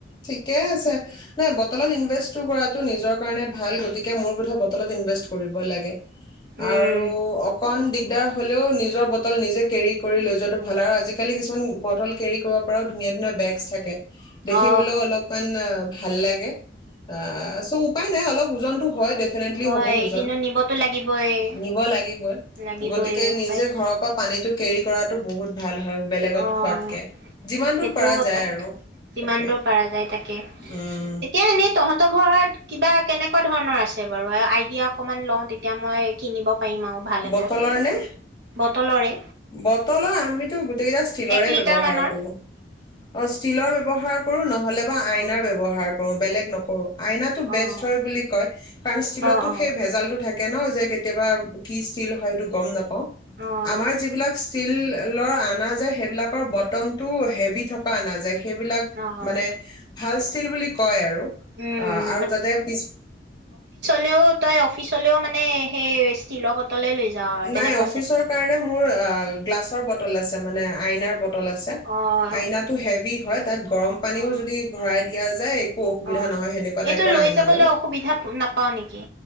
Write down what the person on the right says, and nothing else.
উম
অ
হয়
কিন্তু নিবতো লাগিবই
লাগিবই
উপায়
নাই
অ',
সেইটোও
এটা
কথা।
যিমান
দূৰ পৰাৰ যায় তাকে।
এতিয়া এনেই তহঁতৰ কিবা কেনেকুৱা ধৰণৰ আছে বাৰু আইডিয়া অকমান লও তেতিয়া মই কিনিব পাৰিম আৰু ভাল এটা
বটলৰে
এক লিটাৰ
মানৰ।
অ',
অ',
অ', অ',
অ',
অ',
উম,
লেও তই অফিচলেও মানে সেই ষ্টীলৰ বটলে লৈ যাওঁ আৰু তেনেকুৱা
চাগে।
অ',
অ',
অ',
এইটো
লৈ
যাবলৈ
অসুবিধা নাপাওঁ নেকি?